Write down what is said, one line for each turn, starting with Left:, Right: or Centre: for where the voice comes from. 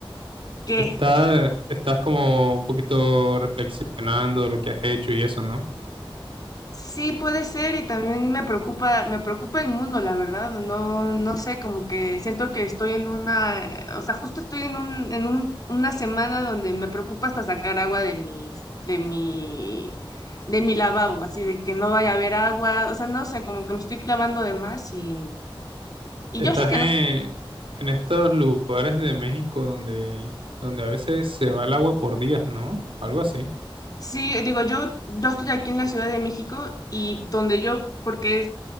Left: ¿qué?
Right: Está, estás como un poquito reflexionando de lo que has hecho y eso, ¿no?
Left: Sí puede ser y también me preocupa, me preocupa el mundo, la verdad. No, no sé, como que siento que estoy en una, eh, o sea, justo estoy en un, en un, una semana donde me preocupa hasta sacar agua de mi, de mi, de mi lavabo, así de que no vaya a haber agua, o sea, no sé, como que me estoy clavando de más y, y
Right: Estás
Left: yo sé que
Right: en, en estos lugares de México donde, donde a veces se va el agua por días, ¿no? Algo así.
Left: Sí, digo, yo, yo estoy aquí en la Ciudad de México y donde yo, porque es,